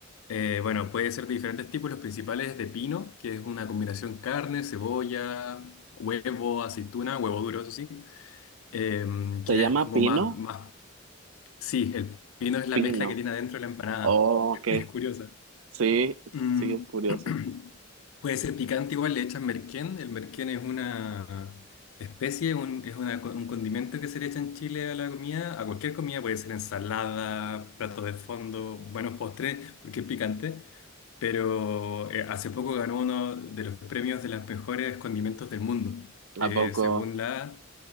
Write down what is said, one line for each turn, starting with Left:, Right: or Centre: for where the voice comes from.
Left: eh, bueno, puede ser de diferentes tipos, los principales de pino, que es una combinación carne, cebolla, huevo, aceituna, huevo duro, eso sí, em, que
Right: ¿Se llama
Left: es como
Right: pino?
Left: más, más, sí, el pino es la
Right: Pino.
Left: mezcla que tiene adentro la empanada,
Right: Oh,
Left: <laughs>
Right: ok.
Left: es curiosa.
Right: Sí,
Left: Mm,
Right: sí, es curioso.
Left: <clears throat> puede ser picante igual, le echan merquén. El merquén es una especie, un- es una co- un condimento que se le echa en Chile a la comida, a cualquier comida, puede ser ensalada, platos de fondo, buenos postres, porque es picante. Pero eh, hace poco ganó uno de los premios de los mejores condimentos del mundo, eh,
Right: ¿A poco?
Left: según la,